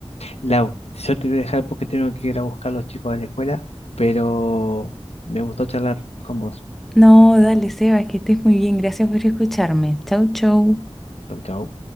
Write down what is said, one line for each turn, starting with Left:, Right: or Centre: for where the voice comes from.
Left: Lau, yo te voy a dejar porque tengo que ir a buscar a los chicos de la escuela, pero me gustó charlar con vos.
Centre: No, dale, Seba, que estés muy bien. Gracias por escucharme. Chau, chau.
Left: Chau, chau.